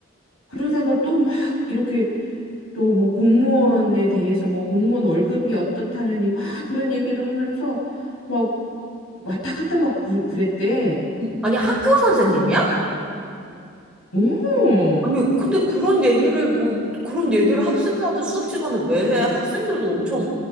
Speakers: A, on the left (about 85°); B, in the centre.
A: 그러다가 또 막 이렇게 또 뭐 공무원에 대해서 뭐 공무원 월급이 어떻다느니 막 <laughs> 그런 얘기를 하면서 막 왔다 갔다 막 그, 그랬대.
B: 음, 아니, 학교 선생님이야?
A: 오!
B: 아니, 근데 그런 얘기를, 뭐, 그런 얘기를 학생들한테 수업 시간에 왜 해? 학생들도 엄청